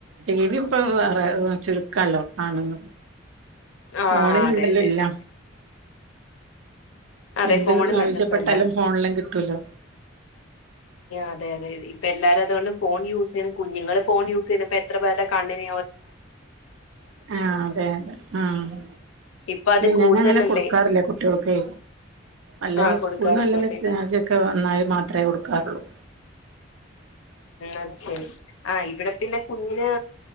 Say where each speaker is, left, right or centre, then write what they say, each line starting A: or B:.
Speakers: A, on the right; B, on the left.
A: ടി വിം ഇപ്പ വേറെ ചുരുക്കാല്ലോ കാണുന്നത്
B: ആഹ്
A: ഫോണിലുണ്ടല്ലോ
B: അതെ അതെ
A: എല്ലാം
B: അതെ അതെ
A: എന്ത്
B: ഫോണിലുണ്ട്
A: ആവശ്യപ്പെട്ടാലും
B: ഇപ്പ എല്ലാം
A: ഫോണിലാം കിട്ടൂല്ലൊ
B: അതെ അതെ ഇപ്പൊ എല്ലാരും അത്കൊണ്ട് ഫോൺ യൂസെയത് കുഞ്ഞുങ്ങള് ഫോൺ യൂസേയ്ത് ഇപ്പെത്ര പേർടെ കണ്ണിന
A: ആഹ് അതെ അതെ ആഹ്
B: ഇപ്പൊ അത് കൂടുതലല്ലേ
A: ഞാനങ്ങനെ കൊടുക്കാറില്ല കുട്ടികൾക്കെ അല്ല
B: ആഹ്
A: ഉസ്കൂള്
B: കൊടുക്കാറില്ലല്ലേ
A: വല്ല മെസേജൊക്കെ വന്നാല് മാത്രെ കൊടുക്കാറുള്ളൂ
B: അത് ശരി ആഹ് ഇവിടെ പിന്നെ കുഞ്ഞിന്